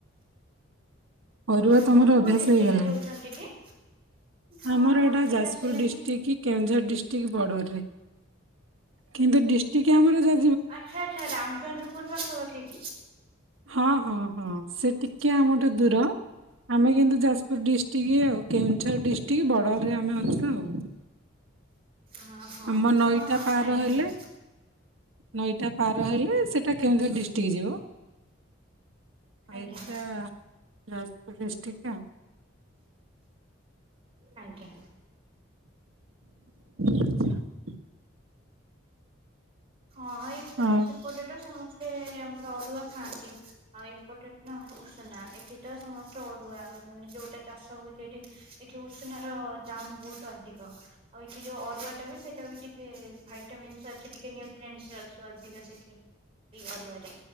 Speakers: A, on the right (about 85°); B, on the right (about 30°).
A: ଅରୁଆ
B: ଆପଣ
A: ତମର
B: କୋଉ
A: ଅଭ୍ୟାସ
B: ଡିଷ୍ଟ୍ରିଟରେ
A: ହେଇଗଲାଣି।
B: ରହୁଛନ୍ତି କି? ହଁ
A: ଆମର
B: ଏ ହଷ୍ଟେଲ
A: ଏଟା ଯାଜପୁର
B: ଆସିଲେ
A: ଡିଷ୍ଟ୍ରିକ୍ଟ
B: ହିଁ
A: କି କେଉଁଝର ଡିଷ୍ଟ୍ରିକି ବର୍ଡରରେ। କିନ୍ତୁ ଡିଷ୍ଟିକି ଆମର ଯା
B: ଆଚ୍ଛା ଆଚ୍ଛା ରାମଚନ୍ଦ୍ରପୁର ପାଖାପାଖି କି?
A: ହଁ ହଁ ହଁ ସେ ଟିକେ ଆମଠୁ ଦୂର ଆମେ କିନ୍ତୁ ଜା ଯାଜପୁର ଡିଷ୍ଟ୍ରିକି ଆଉ। କେଉଁଝର ଡିଷ୍ଟ୍ ଟିକେ ବଡ଼ରରେ ଆମେ ଅଛୁ ଆଉ।
B: ଓ ହଁ
A: ଆମ ନଈଟା
B: ହଁ ହଁ
A: ପାର
B: ଜାଣି
A: ହେଲେ
B: ହେଲା।
A: ନଈଟା ପାର ହେଲେ ସେଟା କେଉଁଝର ଡିଷ୍ଟ୍ରିକ ଯିବ।
B: ଆଜ୍ଞା
A: ଏଟା ଯାଯ୍ ଡିଷ୍ଟିକ୍ ଆଉ।
B: ଆଜ୍ଞା।
A: ହ
B: ହଁ ଏପଟେ
A: ଆଉ
B: ସେପଟେ ଟ ସମସ୍ ସ୍ତେ ଆମର ଅରୁଆ ଖାଆନ୍ତି। ଆଉ ଏପଟେ ନା ଉଷୁନା ଏଠି ତ ସମସ୍ତ ଅରୁଆ ମାନେ ଯୋଉଟା ଚାଷ ହଉଛି ଏଠି ଏଠି ଉଷୁନାର ଦାମ ବହୁତ ଅଧିକ ଆଉ ଏଠି ଯୋଉ ଅରୁଆ ଟା ବି ସେଟା ବି ଟିକେ ଭାଇଟାମିନ୍ସ ଅଛି ଟିକେ ନି ଟେନ୍ସରେ ଅଛୁ ଅଝିକ ସେଠି ଏଇ ଅରୁଆରେ।